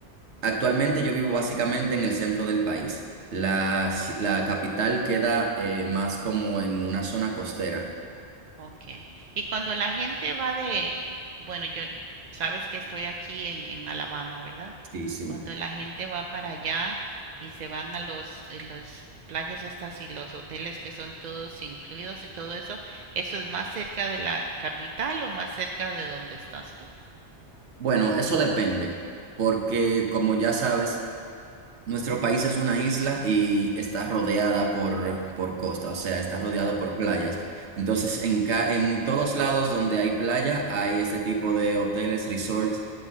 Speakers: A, on the right (about 75°); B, on the right (about 55°).
A: actualmente yo vivo básicamente en el centro del país. La, ci- la capital queda eh, más como en una zona costera.
B: Okay. Y cuando la gente va de, bueno, yo sabes que estoy aquí en, en Alabama, ¿verdad?
A: Sí, sí.
B: Cuando la gente va para allá y se van a los, eh, los playas estas y los hoteles que son todos incluidos y todo eso, ¿eso es más cerca de la capital o más cerca de donde estás tú?
A: Bueno, eso depende, porque como ya sabes, Nuestro país es una isla y está rodeada por, por costa, o sea, está
B: Ujú,
A: rodeada por playas. Entonces, en, ca- en todos lados donde hay playa, hay este tipo de hoteles, resorts,